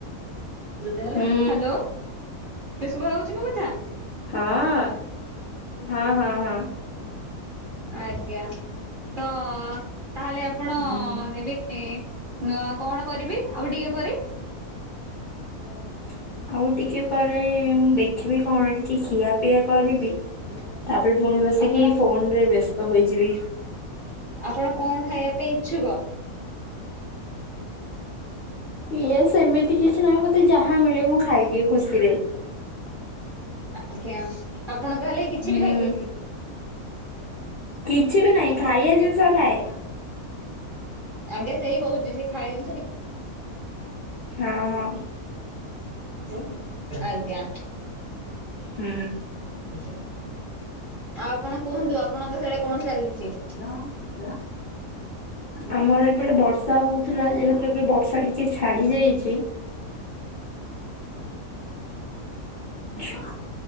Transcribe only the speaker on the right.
ଖାଲି।
ହାଲୋ ଶୁଭା ଯାଉଛି ମୋ କଥା?
ଆଜ୍ଞା ତ ତାହେଲେ ଆପଣ
ନେବେନେ ହ କଣ କରିବି ଆଉ ଟିକିଏ ପରେ?
ଆପଣ
ଆପଣ କଣ ଖାଇବା ପାଇଁ ଇଛୁକ?
ଆଜ୍ଞା ଆପଣ ତାହେଲେ କିଛି
ବି ଖାଇଦିଅନ୍ତି।
ଆଜ୍ଞା ସେଇ କହୁଛି ସେ ଖାଇ
ଏଇନା ଆଜ୍ଞା।
ଆଉ ଆପଣ କୁହନ୍ତୁ ଆପଣଙ୍କ ସ୍ୟାଡେ କଣ ଚାଲିଛି?